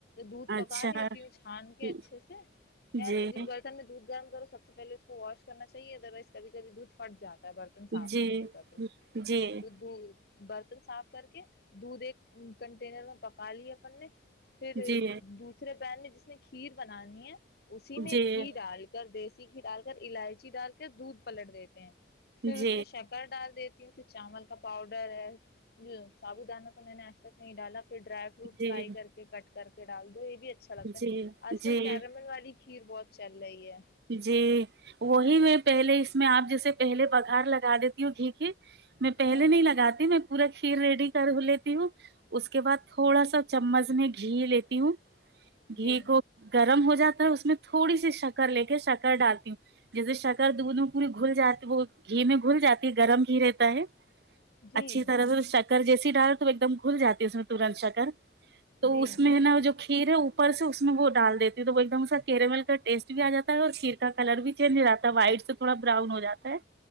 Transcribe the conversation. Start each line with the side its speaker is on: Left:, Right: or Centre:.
Left: دودھ
Right: اچھا
Left: پکا لیتی ہوں چھان کے
Right: جی
Left: اچھے سے کیا
Right: جی
Left: نا جس برتن میں دودھ گرم کرو سب اس پہلے اس کو واش کرنا چاہیے اروائز کب کبھی دودھ پڑ جات تا برتن صاف
Right: جی
Left: نہیں ہوتا تو
Right: جی
Left: تو د برتن صاف کر کے دودھ ایک کنٹینر میں پکا لی اپن نے پھر
Right: جی جی
Left: دوسرے پین میں جس نے کھیر بنانی ہے اسی میں
Right: جی
Left: گھی ڈال کر دی سھی ڈال کر الائچی ڈال کر دودھ پلٹ دیتی کہ پھر
Right: جی
Left: اس میں شکر ڈال دیتی ہوں پھر چاول کا پاؤڈر ہے جو سابو دانہ تو میں نے ایسا نہیں ڈالا پھر ڈرائی فروٹ
Right: جی
Left: فرائی کر کے کٹ کر ڈال دو ہو اچھا لگتا
Right: جی
Left: ہے آج
Right: جی
Left: کل کیرامین والی کھیر بہت چل رہی ہے
Right: جی وہی میں پہلے اس میں آپ جیسے پہلے پگھار لگا دیتی ہوں ھیک ہی میں پہلے
Left: ہاں
Right: نہیں لگاتی میں پورا کھیر ریڈی کر لیتی ہوں اس کے بعد تھوڑا سا چمچ میں گھی لیتی ہوں
Left: جی
Right: گھی کو گرم ہو جاتا اس میں تھوڑی سی شک کر لے کے شکر ڈالتی جی س کر دونوں پوری گھل جاتے وہ گھی میں گھل جاتی ہے گرم گھی رہتا ہے
Left: جی
Right: اچھی طرح سے شکر جیسے س ڈال تو ایک دم گھل جاتی ہے اس میں تورنت شا کر تو
Left: جی
Right: اس میں ہے نا جو کھیر ہے ا سے اس میں وہ ڈال دیتی ہوں تو وہ ایک دم سا کیرمل کا ٹیسٹ بھی آ جاتا ہے اور کھییر کا کلر بھی چینج ہو جاتا ہے وائٹ سے تھوڑا براؤن ہو جاتا ہے